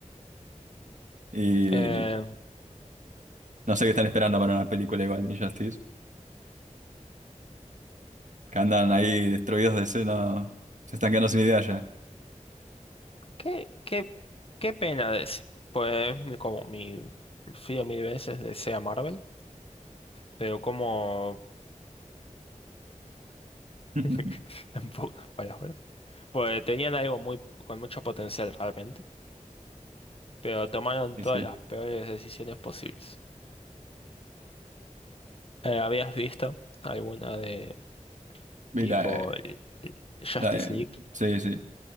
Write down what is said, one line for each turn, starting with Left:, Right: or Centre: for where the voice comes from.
Right: Y
Left: Eh,
Right: no sé qué están esperando para una película igual de Injustice. Que andan ahí destruidos de escena. Se están quedando sin idea ya.
Left: qué, qué, qué pena de ese. Pues mi- como mi... Fío mil veces de sea Marvel, pero como...
Right: <laughs>
Left: <laughs> En pocas palabras. Pues tenían algo muy, con mucho potencial realmente, pero tomaron
Right: Sí,
Left: todas
Right: sí.
Left: las peores decisiones posibles. Eh, ¿habías visto alguna de
Right: Y
Left: tipo
Right: la,
Left: eh, eh, Justice
Right: la de-
Left: League?
Right: sí, sí.